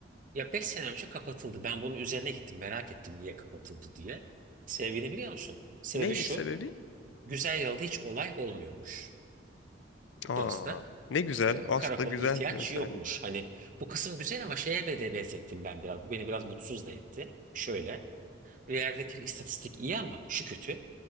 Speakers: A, on the right (about 45°); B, on the left (about 80°).
A: ya 5 sene önce kapatıldı. Ben bunun üzerine gittim merak ettim niye kapatıldı diye. Sebebini biliyor musun? Sebebi
B: Neymiş
A: şu.
B: sebebi?
A: Güzel yılda hiç olay olmuyormuş.
B: Aa,
A: Dolayısıyla
B: ne güzel.
A: e,
B: Aslında
A: karakola
B: güzel
A: ihtiyaç
B: bir özellik.
A: yokmuş. Hani bu kısım güzel ama şeye be de benzettim ben biraz. Bu beni biraz mutsuz da etti. Şöyle. Bir yerdeki istatistik iyi ama şu kötü.